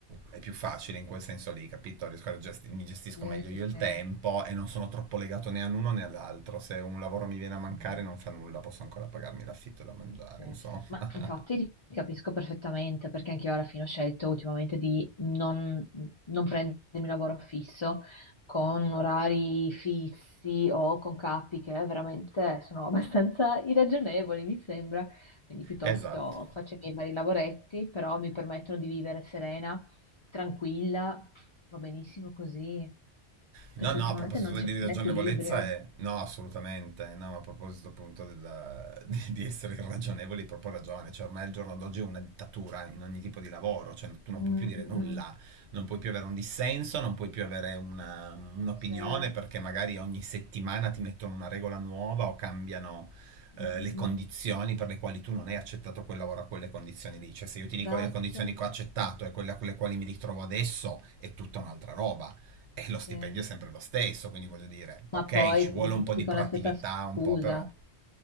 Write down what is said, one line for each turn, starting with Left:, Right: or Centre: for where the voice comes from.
Right: è più facile in quel senso lì, capito? Riesco a gesti- mi gestisco
Left: Sì,
Right: meglio
Left: sì,
Right: io il
Left: sì.
Right: tempo e non sono troppo legato né all'uno né all'altro. Se un lavoro mi viene a mancare
Left: Mm.
Right: non fa nulla, posso ancora pagarmi l'affitto e da mangiare,
Left: Sì.
Right: insomma.
Left: Ma
Right: <laughs>
Left: infatti ti capisco perfettamente perché anche io alla fine ho scelto ultimamente di non, non prendermi lavoro fisso con orari fissi o con capi che veramente sono <laughs> abbastanza irragionevoli, mi sembra. Quindi piuttosto
Right: Esatto.
Left: faccio i miei vari lavoretti, però mi permettono di vivere serena, tranquilla, va benissimo così,
Right: No,
Left: perché
Right: no,
Left: ultimamente
Right: a proposito
Left: non c'è
Right: di
Left: più
Right: ragionevolezza,
Left: un equilibrio.
Right: è... no, assolutamente, no, a proposito appunto della- <laughs> di, di essere irragionevoli, hai proprio ragione, cioè ormai al giorno d'oggi è una dittatura in ogni tipo di lavoro, cioè tu non
Left: Mm,
Right: puoi più dire
Left: mm,
Right: nulla,
Left: mm.
Right: non puoi più avere un dissenso, non puoi più avere una- un'opinione
Left: Sì. Mm,
Right: perché magari ogni settimana ti mettono una regola nuova o cambiano eh,
Left: mm,
Right: le
Left: mm.
Right: condizioni per le quali tu non hai accettato quel lavoro a quelle condizioni lì, cioè se io ti dico
Left: Esatto.
Right: le condizioni che ho accettato e quelle a quelle quali mi ritrovo adesso è tutta un'altra roba. E lo stipendio
Left: Sì.
Right: è sempre lo stesso, quindi voglio dire,
Left: Ma
Right: ok,
Left: poi
Right: ci vuole
Left: tutti
Right: un po' di
Left: con
Right: proattività,
Left: la stessa scusa.
Right: un po' però.